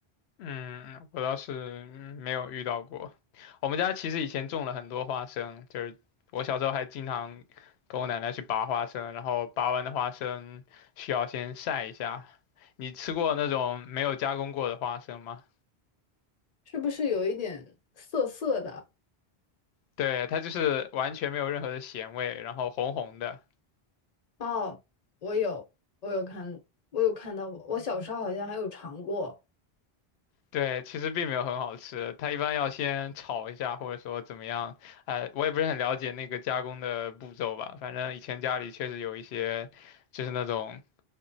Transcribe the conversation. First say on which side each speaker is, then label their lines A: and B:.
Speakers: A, on the left; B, on the left.
A: 嗯，我倒是没有遇到过。我们家其实以前种了很多花生，就是我小时候还经常跟我奶奶去拔花生，然后拔完的花生需要先晒一下。你吃过那种没有加工过的花生吗？
B: 是不是有一点涩涩的？
A: 对，它就是完全没有任何的咸味，然后红红的。
B: 哦，我有，我有看，我有看到过，我小时候好像还有尝过
A: 对，其实并没有很好吃，它一般要先炒一下，或者说怎么样，哎，我也不是很了解那个加工的步骤吧，反正以前家里确实有一些，就是那种。